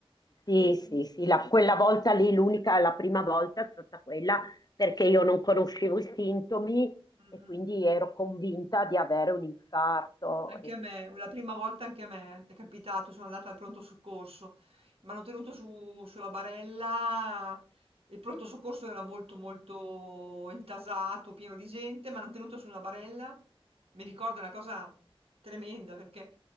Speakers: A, on the left (about 40°); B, on the right (about 75°).
A: Sì,
B: Mm,
A: sì, sì, la- quella volta lì, l'unica, la prima volta è stata quella perché io non conoscevo i sintomi
B: mm,
A: e
B: mm.
A: quindi ero convinta di avere un infarto.
B: Anche
A: E-
B: a me, la prima volta anche a me è capitato, sono andata al pronto soccorso, mi hanno tenuto su- sulla barella, il pronto soccorso era molto molto intasato, pieno di gente, mi hanno tenuto su una barella, mi ricordo una cosa tremenda perché